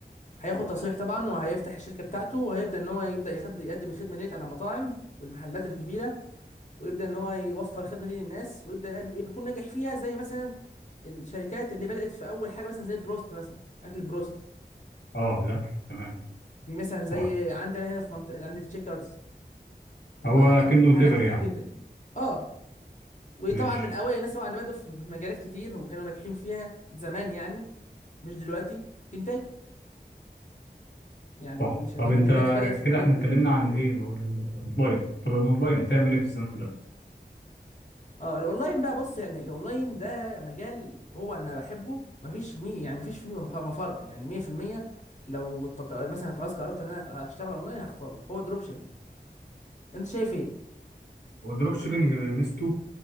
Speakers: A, on the left; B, on the left.
A: هياخد تصريح طبعا وهيفتح الشركة بتاعته وهيبدأ ان هو يبدأ يخد... يقدم الخدمة ديت على المطاعم والمحلات الكبيرة ويبدأ ان هو يوفر الخدمة دي للناس ويبدأ يبقى- يكون ناجح فيها زي مثلا الشركات اللي بدأت في اول حاجة مثلا زي البروست مثلا اكل البروست
B: اه الأكل تمام
A: في مثلا زي
B: طيب
A: عندنا هنا في منطقة عند تشيكرز ما-
B: هو كأنه
A: حالات
B: دليفري
A: كتير
B: يعني
A: جدا اه وطبعا
B: ماشي
A: من اوائل الناس طبعا اللي بدأوا في في مجالات كتير وكانوا ناجحين فيها زمان يعني مش دلوقتي كنتاكي يعني
B: صح
A: من الشركات
B: طب أنت
A: اللي نج- بدأت في
B: كده
A: مجال
B: احنا
A: جديد
B: اتكلمنا عن الإيه ال- ال- الأونلاين طب الأونلاين تعمل إيه في الزمن ده؟
A: اه الاونلاين بقى بص يعني الاونلاين ده مجال هو انا بحبه مفيش مي يعني مفيش فيه مخ- مفر يعني 100% لو التق... مثلا خلاص قررت ان انا اشتغل اونلاين هختاره هو الدروب شيبينج انت شايف ايه
B: هو الدروب شيبنج ميزته